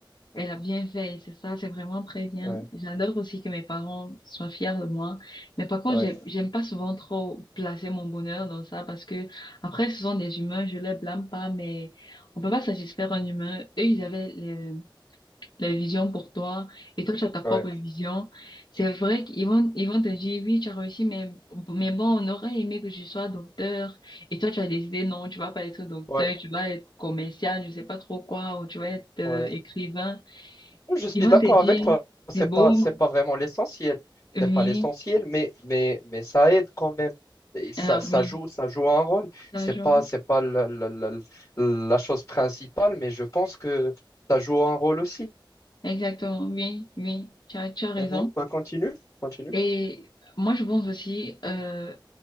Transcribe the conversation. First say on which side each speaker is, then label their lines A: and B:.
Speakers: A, on the left; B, on the left.
A: elle a bien fait, c'est ça, c'est vraiment très bien.
B: ouais,
A: J'adore aussi que mes parents soient fiers de moi. Mais par contre,
B: ouais,
A: j'ai- j'aime pas souvent trop placer mon bonheur dans ça parce que après, ce sont des humains, je les blâme pas, mais on peut pas satisfaire un humain. Eux, ils avaient les, les visions pour toi et toi, tu as ta propre
B: ouais,
A: vision. C'est vrai qu'ils vont, ils vont te dire, oui, tu as réussi, mais, mais bon, on aurait aimé que je sois docteur. Et toi, tu as décidé, non, tu vas pas être docteur,
B: ouais,
A: tu vas être commercial, je sais pas trop quoi, ou tu vas être euh,
B: ouais.
A: écrivain.
B: Oui, Je suis
A: Ils vont
B: d'accord
A: te dire,
B: avec toi. C'est
A: c'est beau,
B: pas, c'est pas vraiment l'essentiel.
A: oui,
B: C'est pas l'essentiel, mais, mais, mais ça aide quand même. Et ça,
A: euh,
B: ça
A: oui,
B: joue, ça joue un rôle.
A: l'argent,
B: C'est pas, c'est pas la, la- la- la chose principale, mais je pense que ça joue un rôle aussi.
A: exactement, oui, oui, tu as, tu as raison.
B: Mhm. Bah, continue, continue.
A: Et moi, je pense aussi, euh,